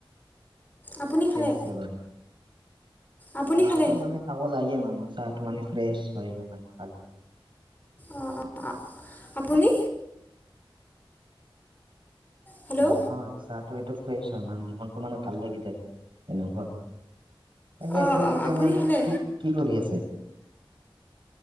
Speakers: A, on the left; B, on the right.
A: আপুনি খালে
B: কেছেেৱা ন <unintelligible>
A: আপুনি
B: চাহটো
A: খালে
B: মানে খাব লাগে মানে চাহটো মানে ফ্ৰেছ হয়, <unintelligible> মানে খালি
A: অঁ আপুনি? হেল্ল'
B: নহয় চাহটো এইটো ফ্ৰেছ হয় মানে, মনটো মানে ভাল লাগি যায় তেনেকুৱা। তাকে
A: অঁ
B: আপুনি
A: অঁ
B: এতিয়া
A: খালে
B: কি কি কৰি আছে?